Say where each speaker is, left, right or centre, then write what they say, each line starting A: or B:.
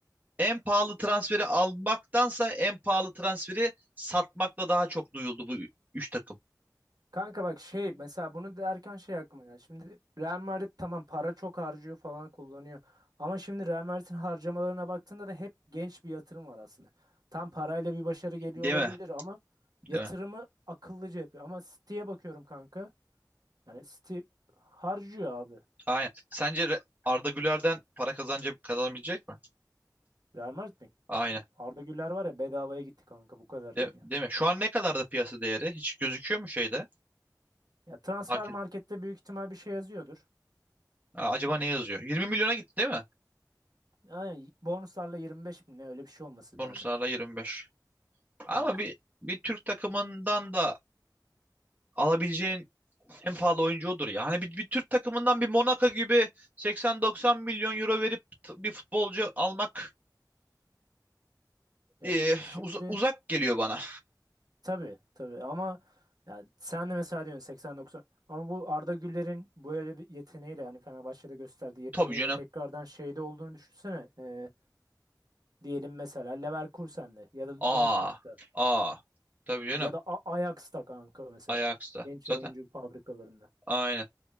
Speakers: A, on the right; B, on the right.
A: En pahalı transferi almaktansa en pahalı transferi satmakla daha çok duyuldu bu üç takım.
B: Kanka bak şey mesela bunu derken şey aklıma ya. Şimdi Real Madrid tamam para çok harcıyor falan kullanıyor. Ama şimdi Real Madrid'in harcamalarına baktığında da hep genç bir yatırım var aslında. Tam parayla bir başarı geliyor
A: Değil
B: olabilir
A: mi?
B: ama yatırımı
A: Değil mi?
B: akıllıca yapıyor. Ama City'ye bakıyorum kanka. Yani City harcıyor abi.
A: Aynen. Sence Re- Arda Güler'den para kazanca kazanabilecek mi?
B: Real Madrid mi?
A: Aynen.
B: Arda Güler var ya bedavaya gitti kanka bu kadar
A: De-
B: diyeyim yani.
A: değil mi? Şu an ne kadar da piyasa değeri? Hiç gözüküyor mu şeyde?
B: Ya transfer
A: Market.
B: markette büyük ihtimal bir şey yazıyordur.
A: Aa, acaba ne yazıyor? 20 milyona gitti değil mi?
B: Aynen bonuslarla 25 bin ne öyle bir şey olması
A: Bonuslarla
B: lazım.
A: 25. Ama
B: Yani
A: bir bir Türk takımından da alabileceğin en pahalı oyuncu odur ya. Hani bir, bir Türk takımından bir Monaco gibi 80-90 milyon euro verip t- bir futbolcu almak
B: Ya
A: Ee,
B: şimdi
A: uz- uzak geliyor bana.
B: tabii tabii ama ya sen de mesela diyorsun 80-90 ama bu Arda Güler'in böyle bir yeteneğiyle yani Fenerbahçe'de gösterdiği yeteneğiyle
A: Tabii canım.
B: tekrardan şeyde olduğunu düşünsene. Ee, diyelim mesela Leverkusen'de ya da
A: Aa,
B: Dortmund'da
A: aa. Tabii canım.
B: ya da A- Ajax'ta kanka mesela
A: Ajax'ta.
B: genç
A: Zaten
B: oyuncu fabrikalarında.
A: aynen.